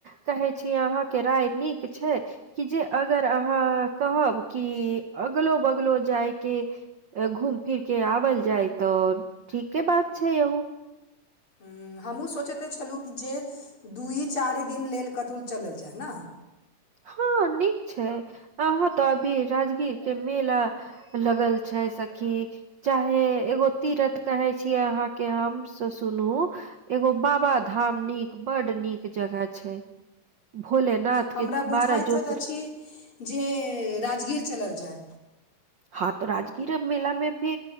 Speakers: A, on the right; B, on the left.
A: कहै छी आहाँके राय नीक छै कि जे अगर आहाँ कहब कि अगलो बगलो जाय के घूम फिर के आबल जायतो। ठीके बात छै यहू
B: हूँ हमहुँ सोचैते छेलहुँ कि जे दूइ चारि दिन लेल कतहु चलल जाय न
A: हँ नीक छै आहाँ तऽ अभी राजगीर के मेला लगल छै सखी चाहे एगो तीरथ कहै छीयै आहाँके हम से सुनू एगो बाबा धाम नीक बड नीक जगह छै भोलेनाथ
B: हमरा
A: के-
B: बुझाइत
A: बारह ज्योतिर
B: अछि जे राजगीर चलल जाय।
A: हँ तऽ राजगीर मेला मे भी